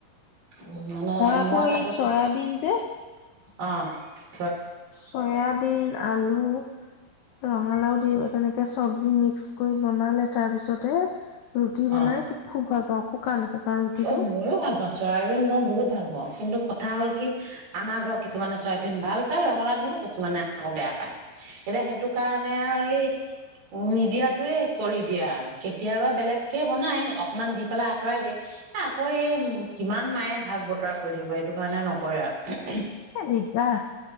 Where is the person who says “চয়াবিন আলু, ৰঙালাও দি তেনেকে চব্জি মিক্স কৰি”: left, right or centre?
Left